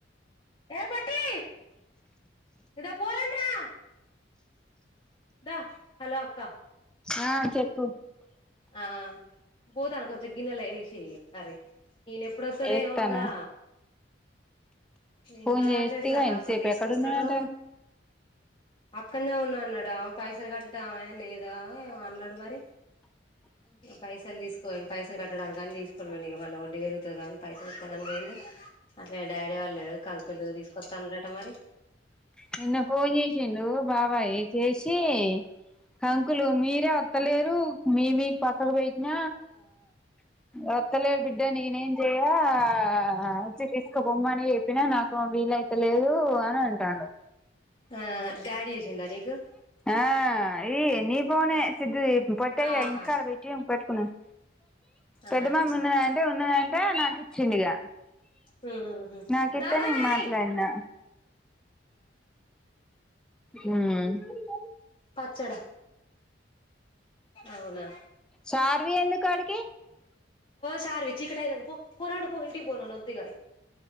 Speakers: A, on the left; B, in the centre.
A: ఏ పొట్టి ఇదో పొండ్రా దా హలో అక్క
B: ఆ చెప్పు
A: ఆ పోతాన కొంచెం గిన్నెలు వేసి ఇయ్యి కర్రీ ఈయన ఏప్పుడొత్తడో
B: ఎస్తానా
A: ఏమోగా
B: ఫోన్
A: ఇంకా రాట్లేడుగా
B: చేస్తేగా
A: కాంకులు
B: ఇంతసేపు
A: తీసుకొస్తాడో
B: ఎక్కడున్నాడట
A: అక్కనే ఉన్నా అన్నాడా పైసలు కట్టడం లేదా అన్నాడు మరి పైసలు తీసుకపోయిండు పైసలు కట్ట డానికి అనీ తీసుకోని పోయిండు ఇక మళ్ల వడ్డీ పెరుగుతదని గదా అని పైసలు ఇస్తా అని పోయిండు అట్లే డాడీ వాళ్ళ కంకులు తీసుకొత్తా అన్నారట మరీ
B: నిన్న ఫోన్ చేసిండు బాబాయ్ చేసి కంకులు మీరే అత్తలేరు మీయ్యి మీకు పక్కకు పోట్టిన వత్తలేరు బిడ్డ నేనేం చెయ్య ఆ వచ్చి తీసుకపొమ్మని చెప్పినా నాకేమో వీలయితలేదు అని అంటండు
A: ఆ డాడీ చేసిండా నీకు
B: ఆ ఈ నీ ఫోనే సిద్దు
A: ఆహా
B: ఇంటికాడ పెట్టేయ్ ఇ పెట్టుకున్నడు పెద్దమమ్మి
A: ఆహా
B: ఉన్నదా అంటే ఉన్నదంటే నాకు ఇచ్చిండు ఇగ
A: మ్మ్
B: నాకిత్తే
A: దా నాని
B: నేను మాట్లాడినా
A: ఏయ్
B: మ్మ్ హ్
A: పచ్చడా అవునా
B: షార్వి ఎందుకు ఆడికి
A: షార్వి చీకటి ఐతంది పో నడువు పొ ఇంటికిపో ఒద్ది ఇగా